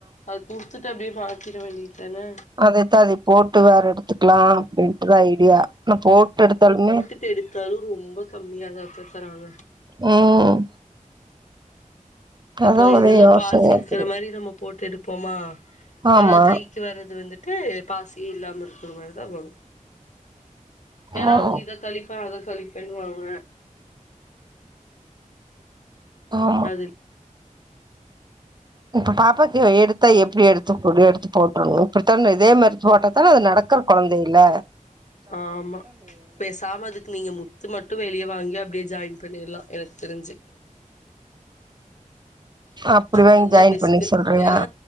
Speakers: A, on the left; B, on the right.
A: அது குடுத்துட்டு அப்டியே மாத்திட வேண்டியத்தானே
B: அதேத்தா அதய போட்டு வேற எடுத்துக்கலா அப்டின்ட்டுதா ஐடியா அனா போட்டு எடுத்தாலுமே
A: போட்டு எடுத்தாலு ரொம்ப கம்மியாதாத்த தராங்க
B: ம் ம்
A: இப்ப
B: அதா ஒரே
A: இதெல்லா
B: யோசனையா
A: பாசி இருக்குற
B: இருக்குது
A: மாரி நம்ம போட்டு எடுப்போமா
B: ஆமா
A: ஆனா கை க்கு வரது வந்துட்டு பாசியே இல்லாம இருக்குற மாரிதா வரு ஏன்னா
B: ஆமா
A: அவுங்க இத கழிப்ப அத கழிப்பன்வாங்க
B: அ
A: அதுல்
B: இப்ப பாப்பாக்கு எடுத்தா எப்டி எடுத்து குடு எடுத்துப் போடனு இப்பிடித்தான இதே மாரி போட்டா தானே அது நட க்கற கொழந்தையில்ல
A: ஆமா பேசாம அதுக்கு நீங்க மு த்து மட்டு வெளிய வாங்கி அப்டியே ஜாயின் பண்ணிர்லா எனக்கு தெரிஞ்சு
B: அப்படி வாங்கி
A: அதுதா
B: ஜாயின்
A: பெஸ்ட்டு
B: பண்ணிக்க சொல்றியா
A: ஏன்னா